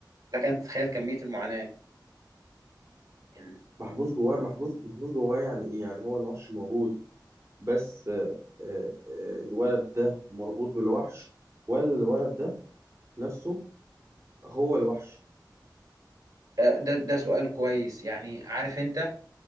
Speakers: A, on the right (about 60°); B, on the right (about 45°).
A: لك ان تتخيل كميه المعاناه ال-
B: محبوس جواه محبوس محبوس جواه يعني ايه يعني هو الوحش موجود بس آه، آه، آه، الولد ده مربوط بالوحش ولا الولد ده نفسه هو الوحش
A: آه، ده ده سؤال كويس يعني عارف انت